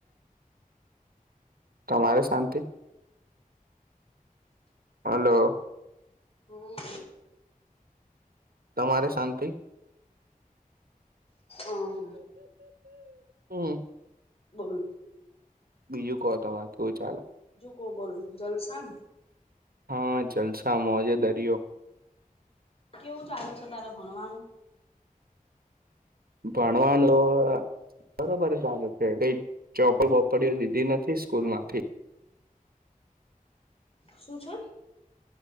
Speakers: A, on the right; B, on the left.
A: તમારે શાંતિ. હલો.
B: હમ્મ.
A: તમારે શાંતિ.
B: અ હ.
A: હમ.
B: બોલ.
A: બીજું કહો તમારે કેવું ચાલે?
B: ઓ બોલ જલસાન.
A: હા જલસા મોજે દરિયો.
B: કેવું ચાલે છ તારે ભણવાનું.
A: ભણવાનું બરોબર ચાલે છે કઈ ચોપડી-બોપડીઓ દીધી નથી. ઈસ્કૂલ માંથી.
B: શું છે?